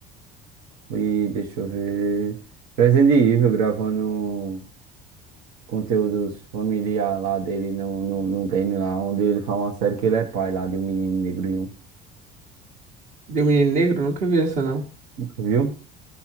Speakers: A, on the right (about 80°); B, on the right (about 45°).
A: e deixa eu ver. Resident Evil gravando conteúdos familiar lá dele no, no, no game lá, onde ele fala uma série que ele é pai lá de um menino negrinho,
B: de um menino negro, nunca vi essa não.
A: viu?